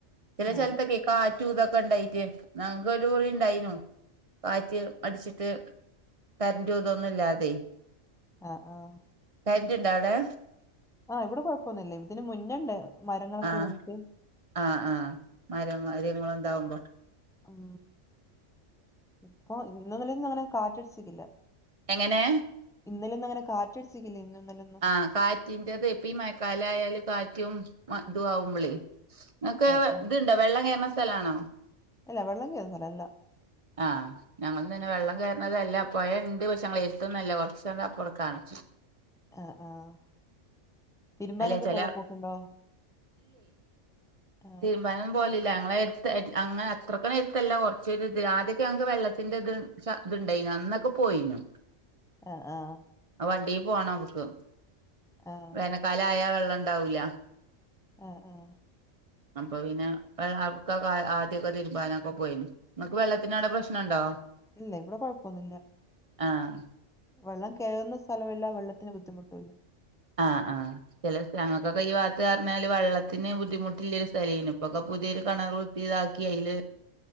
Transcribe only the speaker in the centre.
ആ
ആഹ് ആഹ്
ആഹ് ഇവിടെ കുഴപ്പൊന്നുമില്ലേ ഇതിന് മുന്നേഇണ്ടേന്ന് മരങ്ങളൊക്കെ
വീണിട്ട്
ഉം ഇപ്പൊ ഇന്നും ഇന്നലെയൊന്നും അങ്ങനെ കാറ്റടിച്ചിക്കില്ല
ഇന്നലെന്നും അങ്ങനെ കാറ്റടിച്ചിക്കില്ല ഇന്നും ഇന്നലെന്നും
ആ ആ
അല്ല വെള്ളം കയറുന്നസ്ഥലല്ല
ആഹ് ആഹ് തിരുമ്പാനൊക്കെ
പൊഴേ പോക്കുണ്ടോ ആ
ആഹ് ആഹ്
ആ
ആഹ് ആഹ്
ഇല്ല ഇവിടെ കുഴപ്പൊന്നുല്ല
വെള്ളം കേറുന്ന സ്ഥലമല്ലാം വെള്ളത്തിന് ബുദ്ധിമുട്ടുല്ല